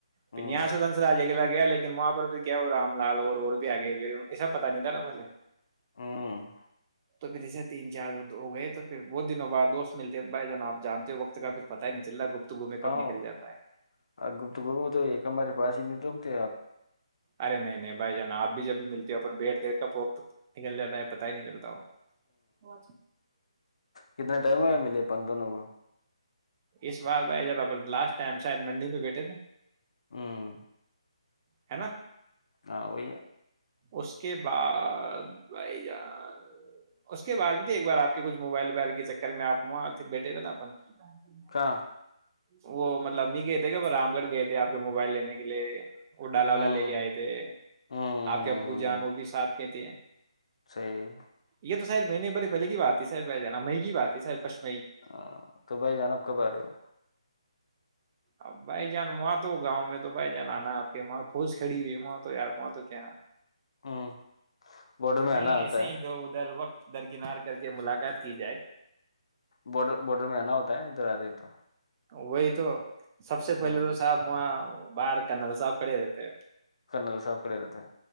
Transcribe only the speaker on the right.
پھر نیا و دنس رج اکلا گیا لیکن وہاں پر پھر کیا ہو رام لال اور اور بھی آگئے پھر ایسب پتا نہیں تھا نا پہلے <unintelligible>
تو پھر ایسے تین چار ہو گئے تو پھر بہت دنوں بع دوست ملتے ہیں بھائی جان آپ جانتے ہو وقت کا کچھ پتہ ہی نہیں چلتا گفتگو میں کب
نکل جاتا ہے
ارے نہیں نہیں بھائی جان آپ بھی جب بھی ملتے ہو پھر بیٹھ دیکھ کر وقت نکل جاتا ہے پتا پتا ہی نہیں چلتا وہ
اس بار بھائی جان لاسٹ ٹائم شاید منڈی پہ بیٹھے تھے
ہے نا
اس کے بعد بھائی جان اس کے بعد بھی تو ایک بار آپ کے کچھ موبائل وبائل کے چکر میں آپ وہاں بیٹھے تھے نا اپن گ
<unintelligible> وہ مطلب نہیں گئے تھے کہ وہ رام گڑھ گئے تھے آپ کے موبائل لینے کے لیے وہ ڈاالو
ل لے کےے آئے تھے <unintelligible>
آپ کے ابو جان وہ بھی ساتھ گئے تھے
یہ تو سر میں نے بے پلے کی بات ت سر بائی جا مہنی بات ہے سر پ <unintelligible>
اب بھائی جان وہاں تو گاؤں میں تو بھائی جان آنا آپ کے وہاں پھس کھڑی ہوئی ہے وہاں تو یار وہاں تو کیا
کہیں
ایسے ہی
ادھر ادھر وقت درکنار کر کے ملاقات کی جائے
وہی تو سب سے پہلے
تو صاحب وہ باہار کنر ساپڑے دیتےے